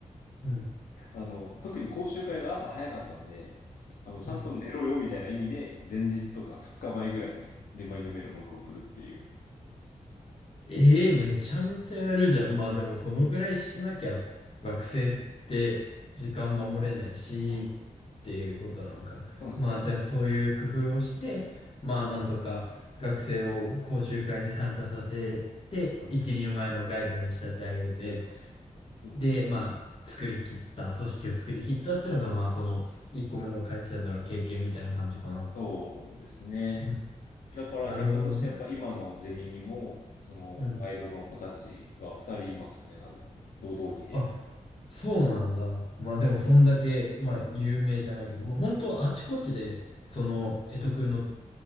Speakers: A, on the left; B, on the left.
A: うん、
B: あの、特に講習会が朝早かったんで、あの、ちゃんと寝ろよみたいな意味で、
A: うん。
B: 前日とか2日前ぐらいにリマインドメールをもう一個送るっていう。
A: ええめちゃめちゃやるじゃん。まあでも、そのぐらいしなきゃ、学生って時間守れないし、
B: そうなんですよ。
A: っていうことなのか。
B: そうなんですよ。
A: まあ、じゃあそういう工夫をして、
B: そう
A: まあ、なんとか学生を講習会に参加させて、
B: ですよ。
A: 一人前のガイドに仕立て上げて、
B: すると。そうそう。
A: で、まあ、作り切った、組織を作り切ったっていうのが、まあ、その、1個目の会社での経験みたいな感じかな。
B: そうですね。
A: うん
B: だから結果としてやっぱ今のゼミにも、
A: なるほどね。
B: そのガイドの子たちが2人いますよね、
A: うん。
B: 多分。同同期で。
A: あ、そうなんだ。
B: そう
A: まあ、でも、そんだけ、まあ、有名じゃないけど、もう本当あちこちで、その、江戸くんのつ、